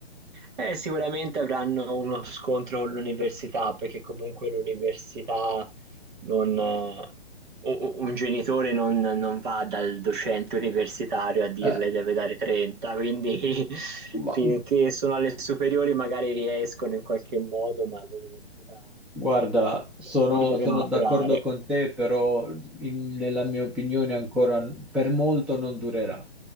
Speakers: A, on the right (about 45°); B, in the centre.
A: Eh, sicuramente avranno uno scontro con l'università, perché comunque l'università non... eh, u- u- Un genitore non, non va dal docente universitario a dirle
B: Eh,
A: deve dare 30, quindi <laughs>
B: ma
A: finché sono alle superiori magari riescono in qualche modo, ma all'università,
B: Guarda,
A: ecco,
B: sono,
A: uno deve
B: sono
A: maturare.
B: d'accordo con te, però in- nella mia opinione ancora n- per molto non durerà.